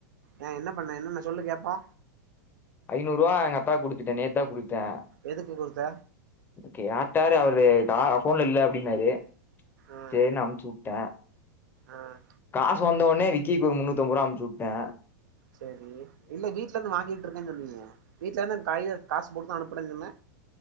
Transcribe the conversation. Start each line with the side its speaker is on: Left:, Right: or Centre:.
Right: ஏ என்ன பண்ண என்னன்ன சொல்லு கேப்போ
Left: ஐந்நூறுவா எங்கத்தாக்கு குடுத்துட்டே நேத் தா குடுத்தே
Right: எதுக்கு குடுத்த
Left: கேட்டாரு அவரு தா அக்கௌண்ட்ல இல்ல அப்டின்னாரு
Right: ம்
Left: சேரினு அம்ச்சுவுட்டே
Right: ம்
Left: காசு வந்தவொன்னே விக்கிக்கு ஒரு முன்னூத்தம்பருவா அமுச்சுவுட்டே
Right: செரி இல்ல வீட்ல இருந்து வாங்கிட்டு இருந்தே சொன்னியே வீட்ல இருந்து கைல காசு போட்டுதா அனுப்புன்னன்னு சொன்ன